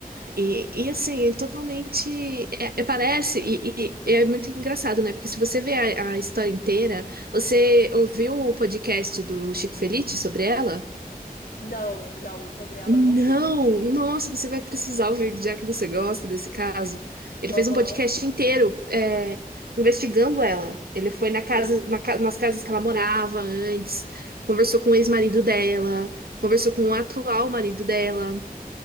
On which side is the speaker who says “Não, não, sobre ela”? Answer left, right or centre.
Left